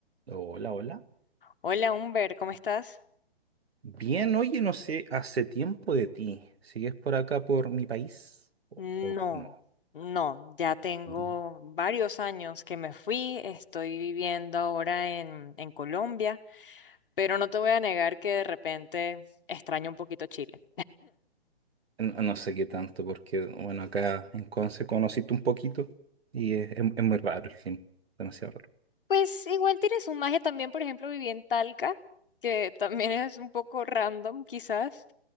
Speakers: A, on the right; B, on the left.
A: Hola, hola.
B: Hola, Humber, ¿cómo estás?
A: Bien, oye, no sé, hace tiempo de ti. ¿Sigues por acá, por mi país? ¿O,
B: No,
A: o- o no?
B: no, ya tengo
A: Mm.
B: varios años que me fui, estoy viviendo ahora en, en Colombia, pero no te voy a negar que de repente extraño un poquito Chile.
A: no? no sé qué tanto, porque, bueno, acá en Conce conociste un poquito y es, es- es muy raro el clima, demasiado raro.
B: Pues igual tiene su magia también, por ejemplo, viví en Talca, que también es un poco random quizás.